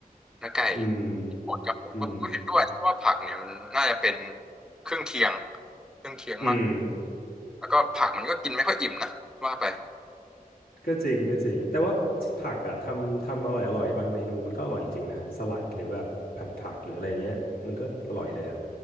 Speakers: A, in the centre; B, on the left (about 75°).
A: เนื้อไก่
B: อืม
A: หมดกับผมก็ผมก็เห็นด้วยเพราะว่าผักเนี่ยมันน่าจะเป็น
B: อืม
A: เครื่องเคียงเครื่องเคียงมาก
B: อืม
A: แล้วก็ผักมันก็กินไม่ค่อยอิ่มนะว่าไป
B: ก็จริงก็จริงแต่ว่าผักอะทำทำอร่อยอร่อยบางเมนูมันก็อร่อยจริงๆนะสลัดหรือแบบผัดผักหรืออะไรอย่างเงี้ยมันก็อร่อยเลยอะ